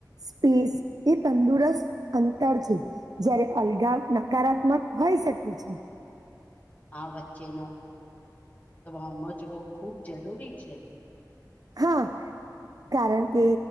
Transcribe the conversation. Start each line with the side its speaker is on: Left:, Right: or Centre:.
Right: સ્પેસ એ તંદુરસ્ત અંતર છે. જયારે અલગાવ નકારાત્મક હોય શકે છે.
Left: આ વચ્ચેનો વર્કજવો ખૂબ જરૂરી છે.
Right: હા. કારણ કે